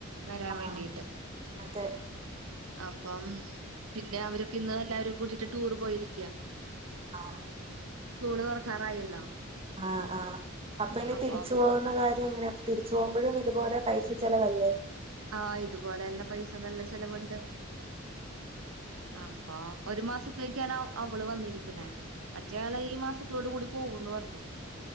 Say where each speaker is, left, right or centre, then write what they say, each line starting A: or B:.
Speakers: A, on the right (about 85°); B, on the right (about 25°).
A: വരാൻ
B: ആഹ്
A: വേണ്ടിട്ട്
B: അതെ
A: അപ്പം പിന്നെ അവരൊക്കെ ഇന്ന് എല്ലാരും കൂടിട്ട് ടൂറ് പോയിരിക്കാ
B: ആഹ്
A: സ്കൂള് തുറക്കാറായല്ലോ
B: ആഹ് ആഹ് അപ്പൊ ഇനി
A: അപ്പം
B: തിരിച്ചു പോകുന്ന കാര്യ അങ്ങനെ തിരിച്ച് പോകുമ്പഴും ഇതുപോലെ പൈസ ചിലവല്ലേ?
A: ആഹ് ഇതുപോലെ തന്നെ പൈസ നല്ല ചെലവുണ്ട് അപ്പൊ ഒരു മാസത്തേക്കാണ് അവള് വന്നിരിക്ക്ണെ മറ്റേയാള ഈ മാസത്തോട് കൂടി പോകൂന്ന് പറഞ്ഞു